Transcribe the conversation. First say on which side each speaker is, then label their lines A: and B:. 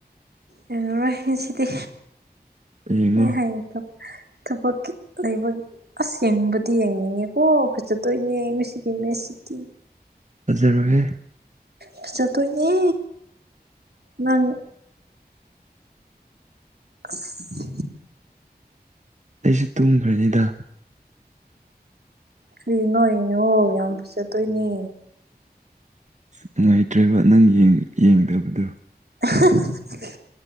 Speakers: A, on the right; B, on the right.
A: ꯌꯦꯡꯉꯔꯣꯏ ꯉꯁꯤꯗꯤ
B: ꯌꯦꯡꯉꯣ
A: ꯑꯩ ꯍꯥꯌꯦꯡ ꯊꯕ ꯊꯕꯛꯀꯤ ꯂꯩꯕ ꯑꯁ ꯌꯦꯡꯕꯗꯤ ꯌꯦꯡꯅꯤꯡꯉꯦꯀꯣ ꯐꯖꯠꯇꯣꯏꯅꯦ ꯉꯁꯤꯒꯤ ꯃꯦꯁꯁꯤꯗꯤ
B: ꯐꯖꯔꯣꯍꯦ
A: ꯐꯖꯗꯣꯏꯅꯦ ꯅꯪ ꯎꯝ <unintelligible>
B: ꯑꯩꯁꯨ ꯇꯨꯝꯒ꯭ꯔꯅꯤꯗ
A: ꯀꯩ ꯅꯣꯏ <unintelligible> ꯌꯥꯝ ꯐꯖꯠꯗꯣꯏꯅꯦ
B: ꯅꯨꯡꯉꯥꯏꯇ꯭ꯔꯦꯕ ꯅꯪ ꯌꯦꯡ ꯌꯦꯡꯗꯕꯗꯨ
A: <unintelligible>